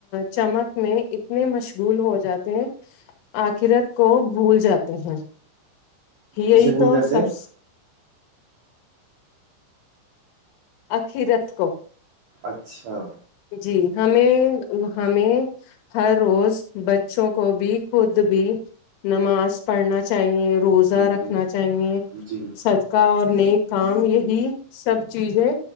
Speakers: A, on the left; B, on the right.
A: چمک میں اتنے مشغول ہو جاتے ہیں آخرت کو بھول جاتے ہیں یہی
B: کسے بھول
A: تو
B: جاتے
A: سب
B: ہیں
A: آخرت کو
B: اچھا
A: جی ہمیں ہمیں ہر روز بچوں کو بھی خود بھی نماز پڑھنا چاہیے روزہ
B: جی
A: رکھنا چاہیے
B: جی
A: سد کا اور نیک کام یہی سب چیزیں